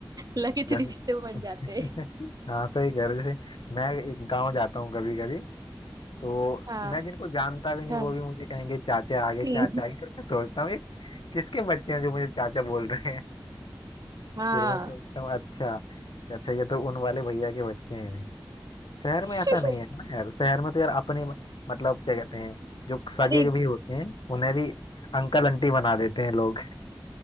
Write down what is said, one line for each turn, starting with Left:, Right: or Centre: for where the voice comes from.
Right: लकीच
Left: जैसे
Right: रिश्ते बन
Left: <laughs>
Right: जाते हैं
Left: हाँ सही कह रहे हो जैसे मैं एक गांव जाता हूँ कभी कभी तो
Right: हाँ
Left: मैं जिनको जानता भी नहीं
Right: हाँ
Left: वो भी मुझे कहेंगे चाचा आगे
Right: हम्म,
Left: चाचा आगे फिर मैं सोचता हूँ ये किसके बच्चे हैं जो मुझे चाचा बोल रहे हैं <laughs>
Right: हाँ
Left: फिर मैं सोचता हूँ अच्छा अच्छा ये तो उन वाले भैया के बच्चे हैं शहर में
Right: <laughs>
Left: ऐसा नहीं है ना यार शहर में तो यार अपने मतलब क्या कहते हैं जो सगे
Right: अरे
Left: जो भी होते हैं उन्हें भी अंकल आंटी बना देते हैं लोग